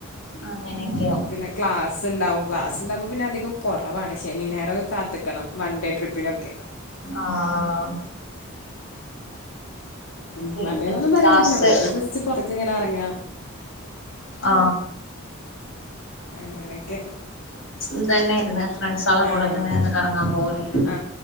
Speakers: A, on the left; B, on the left.
A: അങ്ങനെയൊക്കെയോ
B: പിന്നെ ക്ലാസ്സിണ്ടാവും ക്ലാസ്സിണ്ടാവുമ്പോ പിന്നെ അധികം കൊറവാണ് ശനി ഞായറൊക്കെ കാത്ത്ക്കണം വൺ ഡേ ട്രിപ്പിനൊക്കെ
A: ആഹ്
B: ഉം
A: പിന്നെ
B: വണ്ടേന്നൊന്നും
A: ക്ലാസ്
B: പറയാൻ പറ്റില്ല വെർതെ ജസ്റ്റ് പൊറകെ ഇങ്ങനെ എറങ്ങ
A: ആ
B: അങ്ങനൊക്കെ
A: ഇതന്നെയായിരുന്നു ഫ്രണ്ട്സോളെ കൂടെക്കെ
B: ആഹ്
A: ഇങ്ങനെ ഒന്ന് കറങ്ങാൻ പോകല്
B: ആ